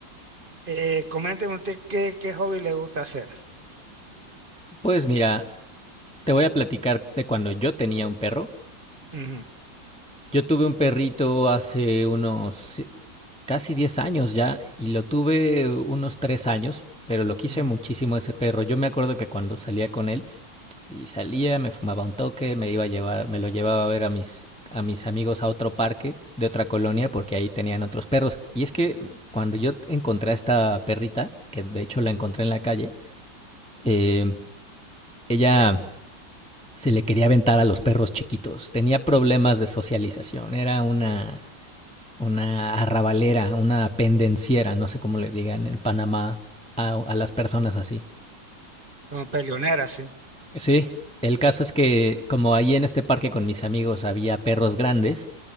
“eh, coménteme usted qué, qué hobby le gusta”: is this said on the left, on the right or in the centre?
Right